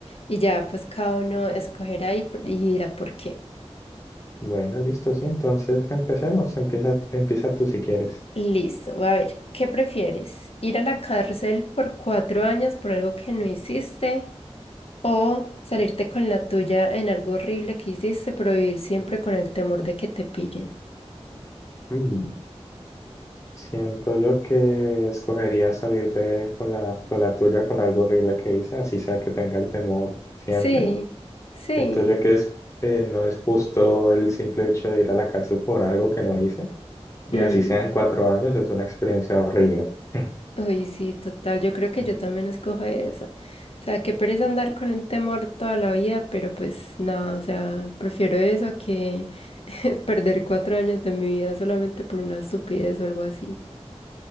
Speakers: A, on the left; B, on the left.
A: y ya pues cada uno escogerá y, p- y dirá por qué.
B: Bueno, listo, sí, entonces empecemos. Empieza, empieza tú si quieres.
A: Listo, a ver, ¿qué prefieres? ¿Ir a la cárcel por cuatro años por algo que no hiciste o salirte con la tuya en algo horrible que hiciste pero vivir siempre con el temor de que te pillen?
B: Mm, Siento yo que escogería salirte con la, con la tuya con algo horrible que hice, así sea que tenga el temor siempre.
A: Sí, sí.
B: Siento yo que es, eh, no es justo el simple hecho de ir a la cárcel por algo que no hice, y
A: Mm.
B: así sean cuatro años, es una experiencia horrible. <laughs>
A: Uy, sí, total. Yo creo que
B: Ujú.
A: yo también escojo eso. O sea, que pereza andar con un temor toda la vida, pero pues nada, o sea, prefiero eso a que <laughs> perder cuatro años de mi vida solamente por una estupidez o algo así.